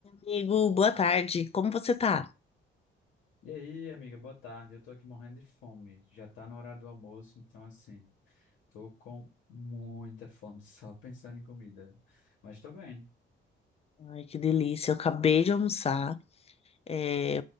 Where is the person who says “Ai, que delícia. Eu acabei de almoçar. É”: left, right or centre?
Left